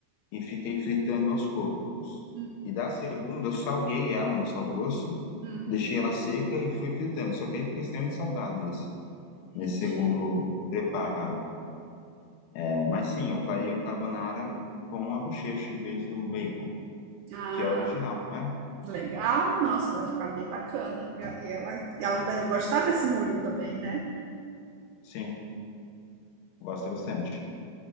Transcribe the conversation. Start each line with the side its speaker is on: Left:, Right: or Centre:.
Left: e fiquei fritando aos poucos.
Right: Hum,
Left: E da segunda, eu salguei ela no sal grosso
Right: Uhum,
Left: deixei ela seca e fui fritando. Só que aí ficou extremamente salgado nesse, nesse
Right: entendi.
Left: segundo preparo. É, mas sim, eu faria um carbonara com a bochecha em vez do bacon,
Right: Ah,
Left: que é a original, né?
Right: Legal, nossa, vai ficar bem bacana. E ela, e ela deve gostar desse molho também, né?
Left: Sim, gosto bastante.